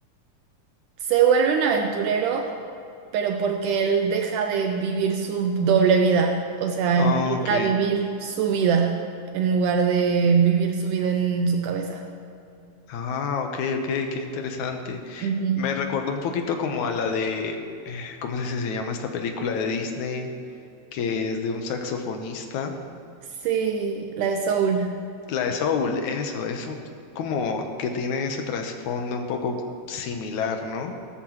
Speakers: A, on the right; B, on the left.
A: Se vuelve un aventurero, pero porque él deja de vivir su doble vida, o sea,
B: Ah,
A: empieza
B: ok.
A: a vivir su vida en lugar de vivir su vida en su cabeza.
B: Ah, ok, ok, qué interesante.
A: Ujú.
B: Me recordó un poquito como a la de, ¿cómo es que se llama esta película de Disney? Que es de un saxofonista.
A: Sí, la de Soul,
B: La de Soul, eso, es un- como que tiene ese trasfondo un poco similar, ¿no?